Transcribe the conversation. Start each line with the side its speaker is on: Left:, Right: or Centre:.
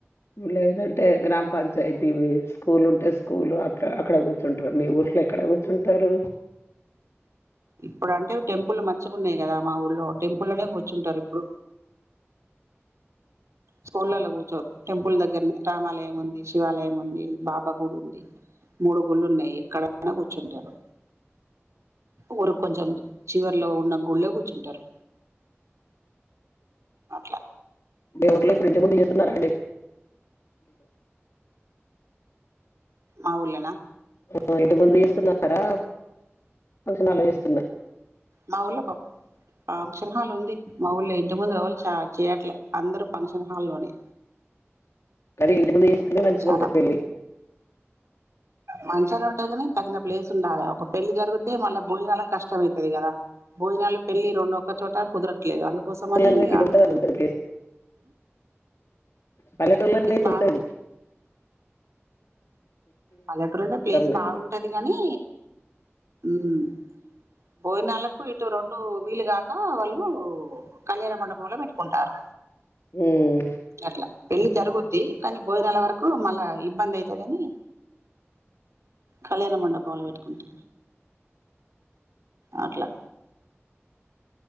Left: లేదంటే గ్రామ పంచాయతీ స్కూల్ ఉంటే స్కూల్ అడ అక్కడ కూర్చుంటారు మీ ఊర్లో ఎక్కడ కూర్చుంటారు
Right: ఇప్పుడు అంటే టెంపుల్ మంచిగా ఉన్నాయి కదా మా ఊల్లో టెంపుల్నే కూర్చుంటారు ఇప్పుడు స్కూళలో కూర్చోరు టెంపుల్ దగ్గరనే రామాలయం ఉంది, శివాలయం ఉంది, బాబా గుడి ఉంది మూడుగుళ్ళు ఉన్నాయి ఎక్కడైనా కూర్చుంటారు ఊరుకి కొంచెం చివరిలో ఉన్న గుళ్ళే కూర్చుంటారు అట్లా
Left: బేవురులో ప్రజ మ ఎస్తున్నారు
Right: ఆ ఊర్లేన
Left: మా ఐదు మంది ర్చున్నారా ఫక్షన్ హాల్లో చేసుకె
Right: మా ఊర్లో కో పామ్ ఫంక్షన్ హాల్ ఉంది మా ఊళ్ళ ఇంటి ముందుళ్ళు చ చేయట్లే అందరుూ ఫంక్షన్ హా లోనే
Left: కానీ ఇంటి ముందు చేస్తేనే మంచిగా
Right: చాలా
Left: ఉంటుంది పెళ్ళి
Right: మంచిగానే ఉంటది కానీ తగిన ప్లేస్ ఉండాలి ఒక పెళ్లి జరిగితే మళ్ళా భోజనాలకు కష్టం అవుతుది కదా భోజనాలు పెళ్ళి రెండు ఒక్క చోట కుదరట్లేదు అందుకోసమని
Left: పల్లెటూళ్ళలో అయితే
Right: ఇక
Left: ఇది ఉంటుంది అని ఉంటుంది పల్లెటుల్లో <inaudible>
Right: బాగా
Left: ఉంటది
Right: పల్లెటూరు అంటే ప్లేస్
Left: కానీ
Right: బాగుంటది గాని ఉమ్ హమ్ భోజనాలకు ఇటు రెండు వీలుగాక వాళ్ళు కళ్యాణ మండపంలో పెట్టుకుంటారు
Left: ఉమ్,
Right: అట్లా పెళ్లి జరుగుద్ది కాని భోజనాల వరకు మళ్ళా ఇబ్బంది అయితాదిని కళ్యాణ మండపంలోంలో వెట్టుకుంట అట్లా